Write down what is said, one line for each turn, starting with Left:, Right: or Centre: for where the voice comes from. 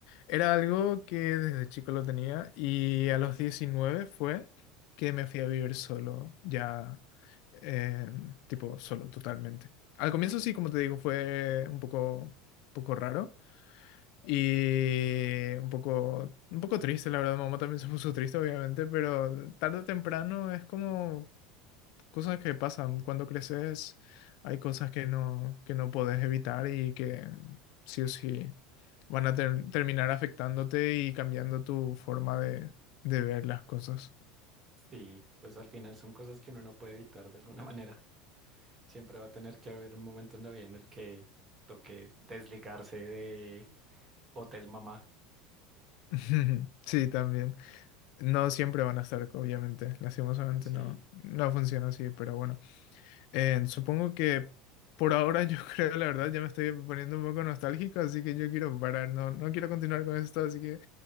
Left: era algo que desde chico lo tenía y a los 19 fue que me fui a vivir solo, ya eh, tipo solo totalmente. Al comienzo sí, como te digo, fue un poco, un poco raro y un poco, un poco triste, la verdad. Mamá también se puso triste, obviamente, pero tarde o temprano es como cosas que pasan. Cuando creces hay cosas que no, que no podés evitar y que sí o sí van a ter- terminar afectándote y cambiando tu forma de, de ver las cosas.
Right: Sí, pues al final son cosas que uno no puede evitar de alguna manera. Siempre va a tener que haber un momento en la vida en el que toque desligarse de Hotel Mamá.
Left: <laughs> Sí, también. No siempre van a estar, obviamente. Lastimosamente
Right: Sí,
Left: no, no funciona así, pero bueno. Eh, supongo que por ahora yo <laughs> creo, la verdad, ya me estoy poniendo un poco nostálgico, así que yo quiero parar, no, no quiero continuar con esto, así que